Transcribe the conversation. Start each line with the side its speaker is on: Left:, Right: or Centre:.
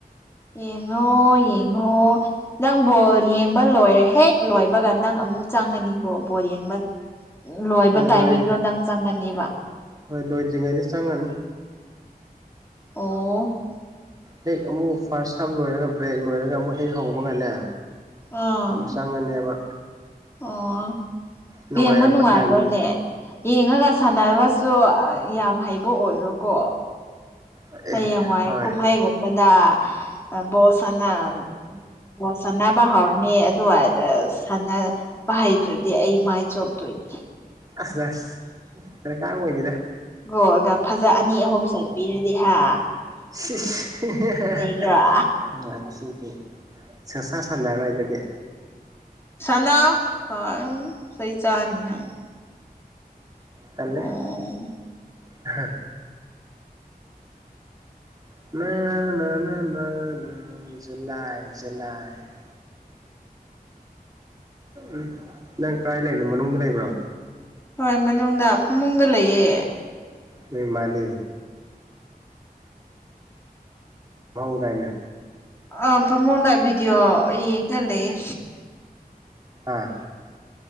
Left: ꯌꯦꯡꯉꯣ ꯌꯦꯡꯉꯣ ꯅꯪ ꯕꯣꯜ ꯌꯦꯡꯕ ꯂꯣꯏꯔꯦ ꯍꯦꯛ ꯂꯣꯏꯕꯒ ꯅꯪ ꯑꯃꯨꯛ ꯆꯪꯉꯅꯤꯀꯣ ꯕꯣꯜ ꯌꯦꯡꯕ ꯂꯣꯏꯕ
Right: ꯍꯣꯏ
Left: ꯇꯥꯏꯃꯤꯡꯗꯣ
Right: ꯂꯣꯏ
Left: ꯅꯪ ꯆꯪꯉꯅꯦꯕ
Right: ꯍꯣꯏ ꯂꯣꯏꯗ꯭ꯔꯤꯉꯩꯗ ꯆꯪꯉꯅꯤ
Left: ꯑꯣ
Right: ꯍꯦꯛ ꯑꯃꯨꯛ ꯐꯥꯔꯁ ꯍꯥꯞ ꯂꯣꯏꯔꯒ ꯕ꯭ꯔꯦꯛ ꯂꯣꯏꯔꯒ ꯑꯃꯨꯛ ꯍꯦꯛ ꯍꯧꯕꯒꯅꯦ
Left: ꯑꯥ
Right: ꯑꯃꯨꯛ ꯆꯪꯉꯅꯦꯕ
Left: ꯑꯣ
Right: ꯅꯨꯡꯉꯥꯏꯔꯛꯄ
Left: ꯌꯦꯡꯕ ꯅꯨꯡꯉꯥꯏꯕ꯭ꯔꯅꯦ
Right: ꯇꯥꯏꯃꯤꯡ
Left: ꯌꯦꯡꯉꯒ ꯁꯥꯟꯅꯕꯁꯨ ꯌꯥꯝ ꯍꯩꯕ ꯑꯣꯏꯔꯣꯀꯣ
Right: ꯑꯦ
Left: ꯍꯌꯦꯡꯋꯥꯏ
Right: ꯍꯣꯏ
Left: ꯀꯨꯝꯍꯩꯒꯨꯝꯕꯗ ꯕꯣꯜ ꯁꯥꯅ ꯕꯣꯜ ꯁꯥꯟꯅꯥꯕ ꯍꯧꯔꯅꯤ ꯑꯗꯨꯒꯥ <unintelligible> ꯁꯥꯟꯅꯕ ꯍꯩꯇ꯭ꯔꯗꯤ ꯑꯩ ꯃꯥꯏ ꯆꯣꯝꯇꯣꯏꯅꯤ
Right: ꯑꯁ ꯗꯁ ꯗꯔꯀꯥꯔ ꯑꫭꯏꯗꯦꯗ꯫
Left: ꯒꯣꯒ ꯐꯖ ꯑꯅꯤ ꯑꯍꯨꯝ ꯆꯟꯕꯤꯔꯗꯤ ꯍꯥ꯫
Right: ꯁꯤꯁ <unintelligible>
Left: ꯅꯩꯗ꯭ꯔꯥ
Right: ꯋꯥꯊꯤꯗꯤ꯫ ꯁꯁꯥ ꯁꯥꯟꯅꯔꫭꯏ ꯗꯨꯗꯤ꯫
Left: ꯁꯅꯥꯑꫭ ꯄꯪ ꯆꯩ ꯆꯥꯅꯤ ꯅꯪ꯫
Right: ꯇꯂꯦ
Left: ꯑꯣ
Right: ꯍꯥ꯫ <unintelligible> ꯎꯝ ꯅꯪ ꯀꯥꯏ ꯂꯩꯅꯣ ꯃꯅꯨꯡꯗ ꯂꯩꯕ꯭ꯔꯣ꯫
Left: ꯍꯣꯏ ꯃꯅꯨꯡꯗ ꯐꯃꯨꯡꯗ ꯂꯩꯌꯦ꯫
Right: ꯅꫭꯏ ꯃꯥꯗꯤ꯫ ꯃꯍꯧꯗꯥꯏꯅꯦ꯫
Left: ꯑ ꯐꯃꯨꯡꯗ ꯚꯤꯗꯤꯑꯣ ꯌꯦꯡꯒ ꯂꯩꯌꯦ꯫
Right: ꯑꯥ